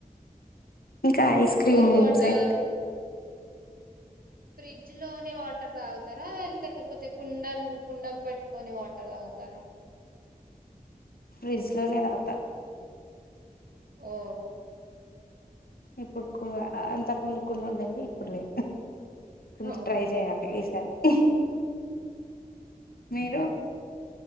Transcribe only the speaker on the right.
cool water
fridge లోని వాటర్ తాగుతారా లేకపోతే, కుండల్ కుండలు పెట్టుకొని, వాటర్ తాగుతారా
ఓ
ఓ.